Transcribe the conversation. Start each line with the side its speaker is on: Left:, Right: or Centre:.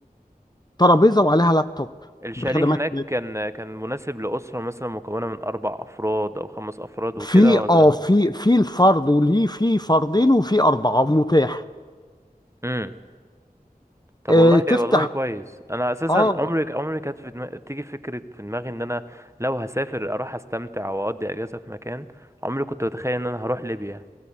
Left: ترابيزه وعليها لابتوب
Right: الشاليه
Left: بخدمات
Right: هناك كان كان مناسب لأسرة مثلا مكونة من أربع أفراد أو خمس أفراد وكده
Left: في
Right: ولا
Left: اه في في الفرد وليه في فردين وفي أربعة متاح
Right: امم طب
Left: آه
Right: والله
Left: تفتح
Right: والله كويس انا اساسا
Left: اه
Right: عمري عمري كانت في دماغي تيجي فكره في دماغي ان انا لو هسافر اروح استمتع واقضي اجازه في مكان عمري كنت اتخيل ان انا هروح ليبيا